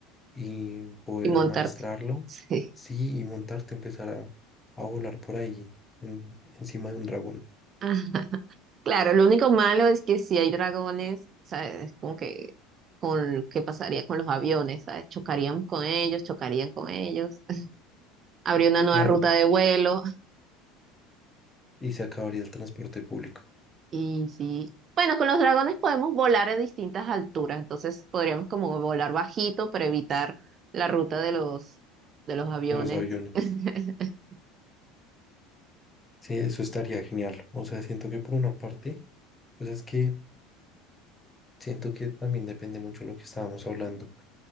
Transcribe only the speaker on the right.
y montarte.
Sí.
Ah, claro, lo único malo es que si hay dragones, ¿sabes? Es como que con qué pasaría con los aviones, ¿sabes? Chocarían con ellos, chocarían con ellos. <laughs> Habría una nueva
ruta de vuelo.
Y sí, bueno, con los dragones podemos volar a distintas alturas, entonces podríamos como volar bajito para evitar la ruta de los, de los aviones.
<laughs>